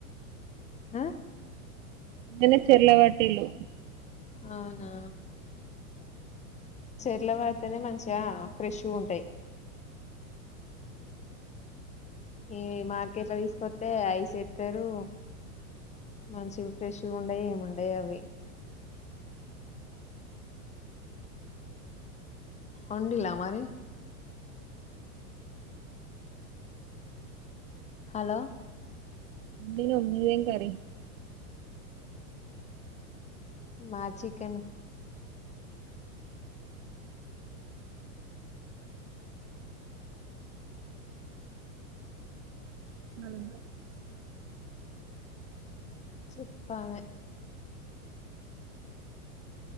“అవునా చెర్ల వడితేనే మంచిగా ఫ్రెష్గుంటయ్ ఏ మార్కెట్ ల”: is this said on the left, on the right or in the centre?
Left